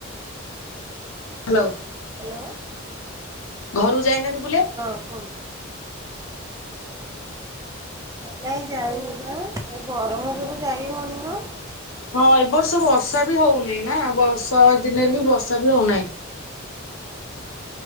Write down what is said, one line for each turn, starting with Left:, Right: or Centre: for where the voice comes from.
Left: ହ୍ୟାଲୋ।
Right: ହ୍ୟାଲୋ।
Left: ଘରୁ ଯାଇନାନ୍ତି
Right: ହଁ କୁହନ୍ତୁ। ନାଇଁ ଯାଇନି ପରା ଏ ଗରମ ଯୋଗୁ ଯାଇ ହଉନି ମ।
Left: ହଁ ଏବ ବର୍ଷ ବର୍ଷା ବି ହଉନାହିଁ ନା ବର୍ଷା ଦିନରେ ବି ବର୍ଷା ବି ହଉନାହିଁ।